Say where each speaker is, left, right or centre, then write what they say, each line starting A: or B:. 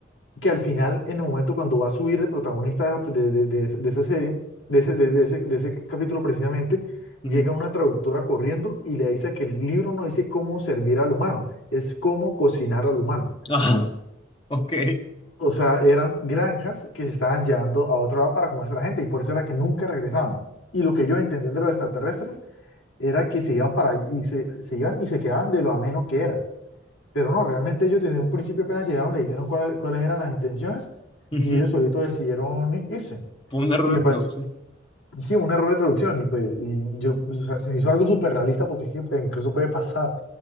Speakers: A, on the left; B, on the left.
A: que al final, en el momento cuando va a subir el protagonista de, de- de- de esa serie, de ese, de- de ese- de ese capítulo precisamente,
B: ujú.
A: llega una traductora corriendo y le dice que el libro no dice cómo servir al humano, es cómo cocinar al humano.
B: Ah, ok.
A: O sea, eran granjas que se estaban llevando a otro lado para comerse a la gente y por eso era que nunca regresaban. Y lo que ellos entendían de los extraterrestres era que se iban para y se, se iban y se quedaban de lo ameno que era. Pero no, realmente ellos desde un principio apenas llegaron, le dijeron cuál- cuáles eran las intenciones
B: ujú.
A: y ellos solitos decidieron i- irse.
B: Fue un error
A: Y me
B: de
A: pareció,
B: traducción.
A: sí, un error de traducción y pues y yo, o sea, se me hizo algo súper realista porque es que pues, incluso puede pasar.